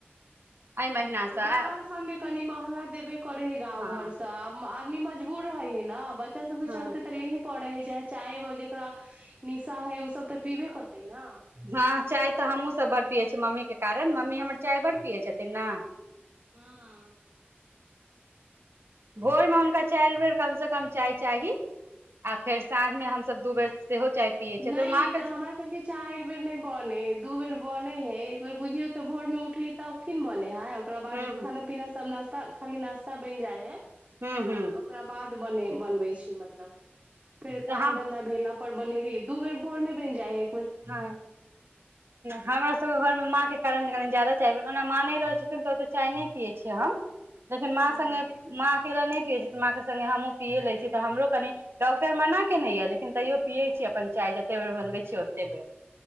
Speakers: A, on the right; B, on the right.
A: एहि महिना
B: तऽ
A: से
B: बाहर सभमे कनि महग देब करे हइ गाँव
A: हँ
B: घर सँ आ आदमी मजबूर रहै हे। न बच्चा सब के
A: हँ
B: चलते तऽ ले ही पढ़े हय। चाहे चाय में जेकरा निशा है, उ सब तऽ पीबे करते। न
A: हँ चाय तऽ हमहुँ सब ब पियै मम्मीके कारण मम्मी हमर चाय बड्ड पियै छथिन ने
B: हुँ- हुँ।
A: भोर में हुनका चारि बेर कमसँ कम चाय चाही आ फेर साँझमे हमस दू बेर। सेहो चाय पियै
B: नहि
A: छियै माँ
B: य
A: के
B: तऽ हमरा सबके चारि बेर नहि बने हे, दू बेर बने हे, एक बेर बुझियौ। भोर में उठली तऽ ओ खीन बने है। ओकरा बाद
A: हूं
B: जब खाना पीना सब नास्ता खाली नास्ता बन जाय है,
A: हूं हूं
B: ओकरा बाद। बने बनबै छै। मतलब फेर
A: तऽ
B: काम
A: हम
B: धन्धा भेल अऽ। पर बनेरी। दू बेर भोर में बनि जाइ है।
A: ह हमरा सब घर में माँ के कारण। ज्यादा चाय, ओना माँ नहि रहै छथिन तऽ ओ तऽ चाय नहि पियए छिय हम। लेकिन, माँ
B: हूँ
A: संगे माँ अकेला नै। पिय माँ के संगे हमहु, पिय ले छी तऽ हमरो कनी डॉक्टर मना केने य, लेकिन तयोऽ पीयै छी अपन चाय जते बेर बनबै छी ओते। देेब।